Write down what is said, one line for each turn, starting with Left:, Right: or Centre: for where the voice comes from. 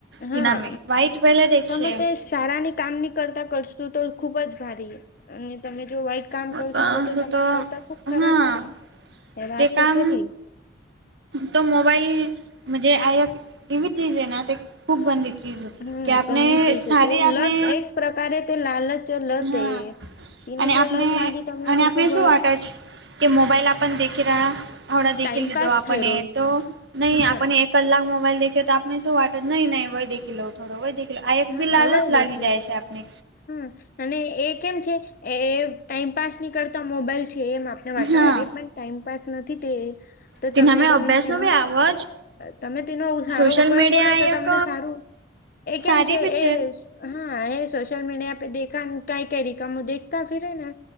Right: તેના
Left: હા
Right: મે વાઈટ પહેલે દેખશે
Left: તમે તો સારાની કામ ની કરતા કરશતું તો ખુબ જ ભારી એ અને તમે જો વઇટ કામ
Right: કહ
Left: કર છો તો તે
Right: છું
Left: તમારા કરતા ખુબ ખરાબ
Right: હા
Left: છે એ વાત
Right: તે કામ
Left: તો ખરી
Right: તો મોબાઈલજ આ એવી ચીજે ના ખૂબ બંધી ચી
Left: હમ
Right: કે આપને
Left: ગંદી ચીજ
Right: સારી
Left: તો એ
Right: આપણે
Left: લત એક પ્રકારે તે લાલચ લત
Right: હા
Left: એ તેની
Right: અને
Left: જો
Right: આપને
Left: લત લાગી તમને
Right: અને
Left: તો
Right: આપને
Left: ખુબ
Right: શું વા જ કે મોબાઈલ આપ દ રાડા દેખ
Left: ટાઈમપાસ
Right: દીધો આપ
Left: થઈ રહ્યો
Right: તો નહી
Left: હા
Right: આપ કલાક મોબાઈઇલેખ્યો તો આપને શું વાટા નહી નહી વય દેી લોઉોડો વય દેખ આ એક
Left: હા
Right: બી લાલ
Left: હવે
Right: જ લાગી
Left: દેખ્યું
Right: જાય છે આપને
Left: હમ અને એ કેમ છે એ ટાઈમપાસ ની કરતા મોબાઈલ છે એમ આપ એ માટે
Right: હા
Left: અરે પણ ટાઈમપાસ નથી તે તો
Right: તેનામે
Left: તમે તમને
Right: અભ્યાસનો
Left: તેનો
Right: બી આવો જ
Left: તમે તેનો સારો
Right: સોશિયલ
Left: ઉપયોગ
Right: મીડિયા
Left: કરો તો
Right: એક
Left: તમને સારું એ કેમ
Right: સારી
Left: છે
Right: બી
Left: એ હા એ સોશિયલ મીડિયા પે દેખા કઈ કઈ રિકમો દેખતા ફિરે ને